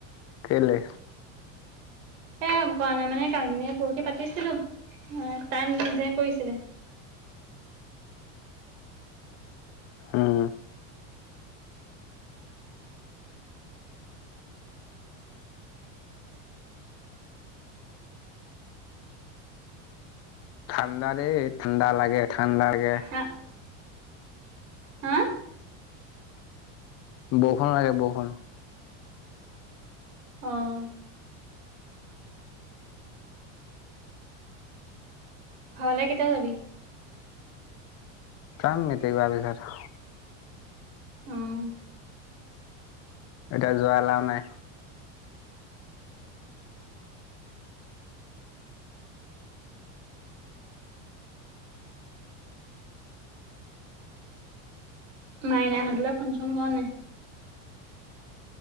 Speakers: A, on the left; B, on the right.
A: কেলে
B: এ কৰা নাই মানে কালি নে পৰহি পাতিছিলো তাই নিজে কৰিছিলে
A: উম ঠাণ্ডা দেই ঠাণ্ডা লাগে ঠাণ্ডা লাগে
B: হা হা?
A: বৰষুণ লাগে বৰষুণ
B: অহ ঘৰলে কেতিয়া যাবি
A: কাম মি তে গ আবি ঘাৰ <unintelligible>
B: অ',
A: এতিয়া যোৱা এলাও নাই
B: মাইনা হতলৈ ফুনচোন কৰ নাই